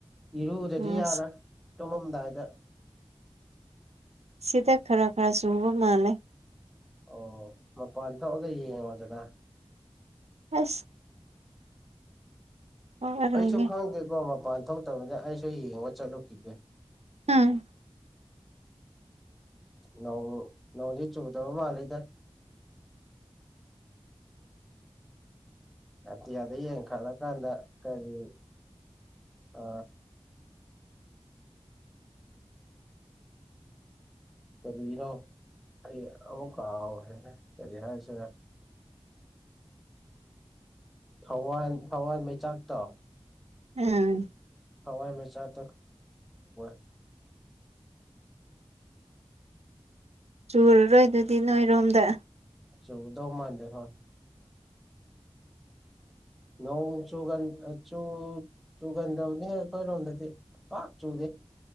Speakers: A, in the centre; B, on the right (about 90°).
A: ꯏꯔꯨꯗꯗꯤ
B: ꯎꯝ
A: ꯌꯥꯔꯣꯏ ꯇꯨꯝꯃꯝꯗꯥꯏꯗ
B: ꯁꯤꯗ ꯈꯔ ꯈꯔ ꯁꯨꯕ ꯃꯥꯜꯂꯦ
A: ꯑꯣ ꯃꯄꯥꯟ <unintelligible>
B: ꯍꯁ ꯊꯣꯛꯑꯔꯣꯏꯅꯦ
A: ꯑꯩꯁꯨ ꯈꯪꯗꯦꯀꯣ ꯃꯄꯥꯟ ꯊꯣꯛꯇꯕꯅꯤ ꯑꯩꯁꯨ ꯌꯦꯡꯉꯒ ꯆꯠꯂꯨꯈꯤꯒꯦ
B: ꯎꯝ
A: ꯅꯧ ꯅꯧꯗ ꯆꯧꯗꯕ ꯏꯗ ꯑꯇꯤꯌꯥꯗ ꯌꯦꯡꯈꯠꯂꯀꯥꯟꯗ ꯀꯔꯤ ꯑ ꯀꯔꯤꯅꯣ ꯑꯩ ꯑꯃ ꯀꯥꯎ ꯍꯥꯏꯅꯦ ꯀꯔꯤ ꯍꯥꯏꯁꯦ ꯊꯋꯥꯟ ꯊꯋꯥꯟ ꯃꯩꯆꯥꯛꯇꯣ
B: ꯑꯝ
A: ꯍꯋꯥꯏ ꯃꯆꯥ <unintelligible>
B: ꯆꯨꯔꯔꯣꯏ ꯑꯗꯨꯗꯤ ꯅꯣꯏꯔꯣꯝꯗ
A: ꯆꯗꯧ ꯃꯥꯥꯟꯗꯦ ꯐꯣꯏ ꯅꯣꯡ ꯆꯨ ꯆꯨꯒꯟꯗꯕꯅꯦ ꯑꯩꯈꯣꯏꯔꯣꯝꯗꯗꯤ ꯄꯥꯛ ꯆꯨꯗꯦ